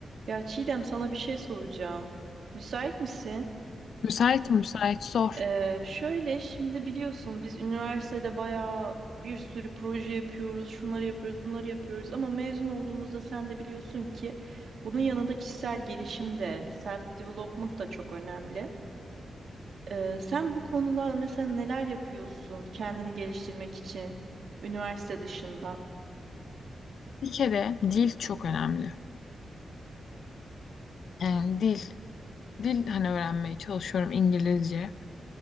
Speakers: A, on the right; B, on the left.
A: Ya Çiğdem sana bir şey soracağım. Müsait misin?
B: Müsait müsait sor.
A: Ee, şöyle şimdi biliyorsun biz üniversitede bayağı bir sürü proje yapıyoruz, şunları yapıyoruz, bunları yapıyoruz ama mezun olduğumuzda sen de biliyorsun ki bunun yanında kişisel gelişim de, self development da çok önemli. Ee, sen bu konuda mesela neler yapıyorsun kendini geliştirmek için üniversite dışında?
B: Bir kere dil çok önemli. Yani dil. Dil hani öğrenmeye çalışıyorum İngilizce.